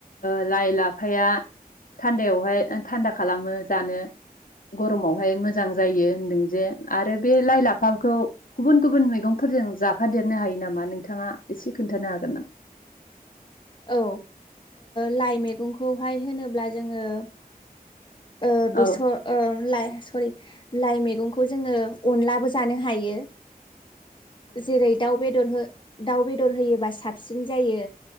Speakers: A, on the left; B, on the left.
A: लाइ लाफाया थान्दायावहाय थान्दा खालामो जानो गरमावहाय मोजां जायो होनदों जे आरो बे लाइ लाफाखौ गुबुन गुबुन मैगंफोरजों जाफादेरनो हायो नामा नों नोंथाङा एसे खोन्थानो हागोन नामा
B: औ लाइ मैगंखौहाय होनोब अब्ला जोंङो ओ बेसर
A: औ
B: ओं लाय सरि लाइ मैगंखो जों अनलाबो जानो हायो जेरै दाउ बेदर हो दाउ बेदर होयोबा साबसिन जायो